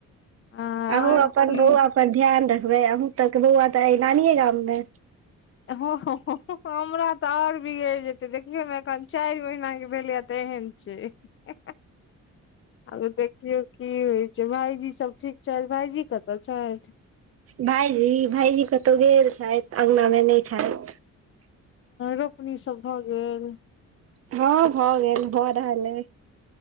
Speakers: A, on the left; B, on the right.
A: आ
B: अहूँ
A: आर
B: अपन
A: की
B: बौआ पर ध्यान रखबै अहूँ तऽ बौआ तऽ एलानीे गाम मे
A: हँ हमरा तऽ आओर बिगड़ि जेतै देखियौ ने एखन चारि महिनाके भेलैए तै हेम छै ह ह आगूं देखियौ की होइ छै भायजी सब ठीक छथि भाायजी कतऽ छथि
B: भायजी भायजी कतहु गेल छथि अंगना मे नहि छथि
A: रोपनीसभ भऽ गेल
B: हँ भऽ गेल भऽ रहल हइ